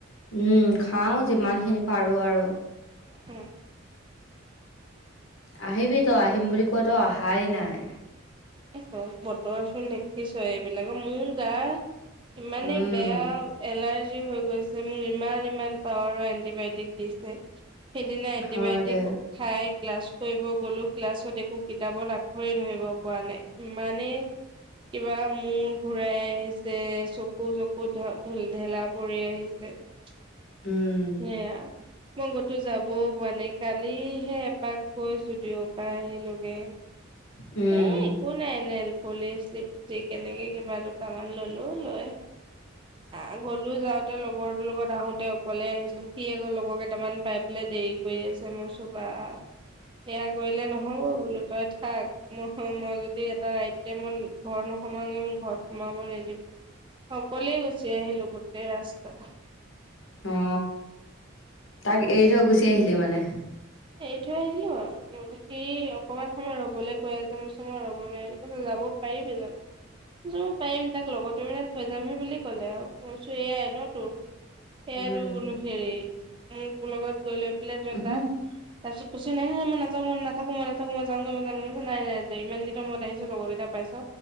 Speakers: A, on the left; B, on the right.
A: উম খাও যিমান খিনি পাৰো আৰু
B: উম ।
A: আহিবি তই আহিম বুলি কয়তো অহাই নাই।
B: তই বতৰ চোন দেখিছই এইবিলাকে মোৰ গা ইমানে
A: উম
B: বেয়া এলাৰ্জি। হৈ গৈছে মোক ইমান ইমান পাৱাৰৰ এন্টিবায়টিক দিছে। সেইদিনা এণ্টিবায়টিক
A: হয় দে
B: খাই ক্লাছ। কৰিব গলো ক্লাছত একো কিতাপত আখৰে ধৰিব পৰা নাই। মানে কিবা মূৰ ঘূৰাই আহিছে চকু জকু ধ ঢেলা পৰি আহিছে। সেইয়া।
A: উম
B: মই কতো যাবও পোৱা নাই কালিহে এপাক গৈছো দিঅৰ পৰা আহিলোগে।
A: উম
B: হে একো নাই এনেল পুলি চিপ কেনেকে কিবা দুটামান ললো লৈ হা গ'লো যাওঁ। তে লগৰৰ লগত আহোতে অকলে আহিছো সি আকৌ লগৰ কেইটামান পাই পেলাই দেৰি কৰি আছে মই কৈছোঁ বা সেইয়া কৰিলে নহ'ব বোলো তই থাক ম মই যদি এটা ৰাইট টাইমত ঘৰ নোসোমওগে মোক ঘৰত সোমাব নিদিব অকলেই গুচি আহিলো গোটেই ৰাস্তা।
A: অ তাক এৰি থৈ গুচি আহিলি মানে।
B: এৰি থৈ আহিলো আৰু সি অকমান সময় ৰবলৈ কৈ আছে মই কৈছোঁ মই ৰব নোৱাৰিম কৈ যাব পাৰিবি জানো কৈছোঁ পাৰিম তাক লগৰটোবে মানে থৈ যামহি বুলি ক'লে আৰু মই কৈছোঁ এয়াই ন তোৰ সেইয়াইটো
A: উম
B: বোলো হেৰি মোক লগত গলে প্লে যাত
A: উহু
B: তাৰ
A: হু
B: পিছত কৈছে ন মই না মই নাথাকো মই মই যামগৈ মই যামৈ ম নাই নাই ইমান দিনৰ মই আহিছো লগৰকেইটা পাইছা